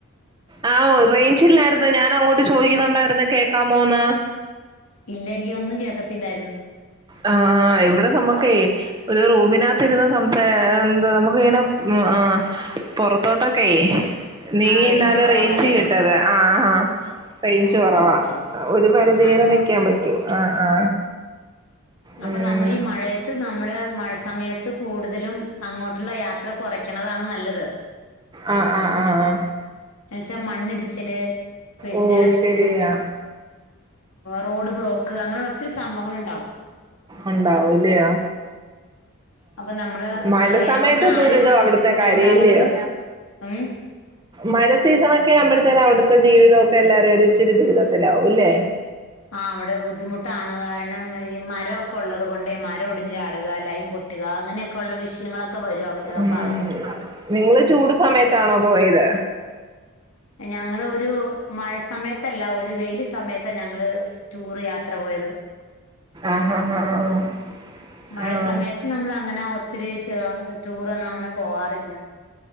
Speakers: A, on the right; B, on the left.
A: ആ, റേഞ്ചില്ലായിരുന്നു ഞാൻ അങ്ങോട്ട് ചോദിക്കുന്നുണ്ടായിരുന്നു കേൾക്കാമോന്ന്.
B: ഇല്ല എനിക്ക് ഒന്നും കേക്കത്തില്ലായിരുന്നു.
A: ആ, ആ, ഇവിടെ നമ്മുക്ക് ഒരു റൂമിനകത്ത് ഇരുന്ന സംസ എന്ത് നമുക്ക് ഇങ്ങനെ ഉം. ആ, പുറത്തോട്ടൊകെ. നീങ്ങിന്നാലും
B: ആ കുറവാ
A: റേഞ്ച്
B: അല്ലേ
A: കിട്ടത് ആ, ആ. റേഞ്ച് കുറവാ
B: ഓക്കെ
A: ഒരു പരിധിവരെ
B: ആഹാ
A: നിക്കാൻ പറ്റൂ ആ, ആ.
B: അപ്പോ
A: ഉം.
B: നമ്മൾ ഈ മഴയത്ത് നമ്മൾ മഴ സമയത്ത് കൂടുതലും അങ്ങോട്ടുള്ള യാത്ര കുറയ്ക്കണതാണ് നല്ലത്
A: ആ, ആ, ആ, ആ.
B: എന്നുവെച്ചാൽ മണ്ണിടിച്ചില് പിന്നെ
A: ഓ, ശരിയാ.
B: റോഡ് ബ്ലോക്ക് അങ്ങനെയുള്ള ഒത്തിരി സംഭവങ്ങളൾ ഉണ്ടാവും.
A: ഉണ്ടാവലയോ
B: അപ്പൊ നമ്മള്
A: മഴ
B: അറിയാവുന്ന
A: സമയത്ത്
B: ആരെങ്കിലുംനമ്മുടെ
A: ദുരിതം അവിടുത്തെ
B: കൂടെ
A: കാര്യം
B: ഉണ്ടാവണത്
A: അല്ലയോ?
B: ഉം
A: മഴ സീസണൊക്കെ ആവുമ്പഴത്തനും അവിടുത്തെ ജീവിതമൊക്കെ എല്ലാരും ഇച്ചിരി ദുരിതത്തിലാവും അല്ലേ
B: ആഹ് അവിടെ ബുദ്ധിമുട്ടാണ് കാരണം ഈ മരമൊക്കെ ഉള്ളത് കൊണ്ടേ മരം ഒടിഞ് ചാടുക ലയിൻ പൊ പൊട്ടുക അങ്ങനെയൊക്കെയ ഉള്ള വിഷയങ്ങളൊക്കെ വരും അവിടെ
A: ഉം
B: ആ ഭാഗത്തേക്കൊക്കെ
A: നിങ്ങള് ചൂട് സമയത്താണോ പോയത്
B: ഞങ്ങള് ഒരു മഴ സമയത്തല്ല ഒരു വെയില് സമയത്ത ഞങ്ങള് ടൂറ് യാത്ര പോയത്
A: ആഹ് ആഹ് ആഹ്
B: മഴ
A: ആഹ്
B: സമയത്ത് നമ്മൾ അങ്ങനെ ഒത്തിരി ടൂ ടൂറൊന്നും അങ്ങനെ പോവാറില്ല